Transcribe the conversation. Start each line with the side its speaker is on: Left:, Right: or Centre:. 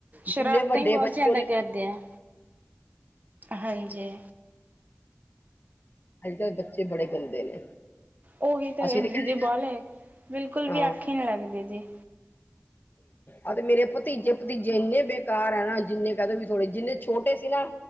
Right: ਸ਼ਰਾਰਤਾਂ
Left: ਜਿੰਨੇ ਵੱਡੇ
Right: ਹੀ ਬਹੁਤ
Left: ਬੱਚੇ
Right: ਜ਼ਿਆਦਾ
Left: ਉਹਨੇ
Right: ਕਰਦੇ ਆ ਹਾਂਜੀ
Left: ਅੱਜ ਕੱਲ੍ਹ ਬੱਚੇ ਬੜੇ ਗੰਦੇ ਨੇ
Right: ਉਹੀ ਤਾਂ
Left: ਅਸੀਂ
Right: ਕਹਿੰਦੇ
Left: ਤੇ
Right: ਜੀ
Left: ਨਾ
Right: ਬੋਲੇ ਬਿਲਕੁਲ
Left: ਹਾਂ
Right: ਵੀ ਆਖੀ ਨਹੀਂ ਲੱਗਦੇ ਜੀ
Left: ਆ ਤੇ ਮੇਰੇ ਭਤੀਜੇ ਭਤੀਜੇ ਇੰਨੇ ਬੇਕਾਰ ਹੈ ਨਾ ਜਿੰਨੇ ਕਹਿ ਦੋ ਵੀ ਥੋੜੇ ਜਿੰਨੇ ਛੋਟੇ ਸੀ ਨਾ